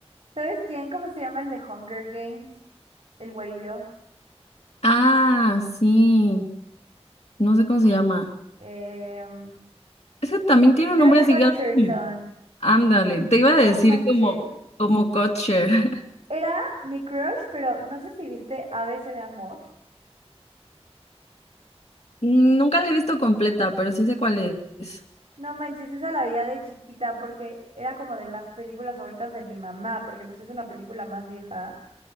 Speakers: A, on the right (about 75°); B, on the left (about 75°).
A: ¿Sabes quién? ¿Cómo se llama el de Hunger Games? El güerillo.
B: Ah, sí, no sé cómo se llama.
A: Em,
B: Ese también tiene un
A: Josh
B: nombre así,
A: Hutcherson.
B: algo como- ándale, te iba a decir
A: No manches.
B: como, como Kutcher. <laughs>
A: Era mi crush, pero no sé si viste ABC de Amor.
B: Nunca la he visto completa, pero sí sé cuál es.
A: No manches, esa la veía de chiquita porque era como de las películas favoritas de mi mamá, porque pues es una película más vieja.